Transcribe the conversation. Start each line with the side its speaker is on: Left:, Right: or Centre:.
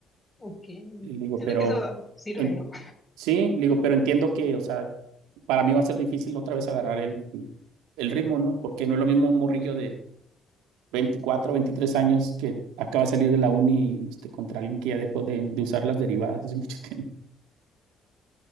Left: Ok,
Right: Y le digo,
Left: siento
Right: pero,
Left: que eso sirve,
Right: en,
Left: ¿no?
Right: sí, le digo, pero entiendo que, o sea, para mí va a ser difícil otra vez agarrar el, el ritmo, ¿no? Porque no es lo mismo un morrillo de 24, 23 años que acaba de salir de la uni, este, contra alguien que ya dejó de, de usar las derivadas hace <laughs> mucho tiempo.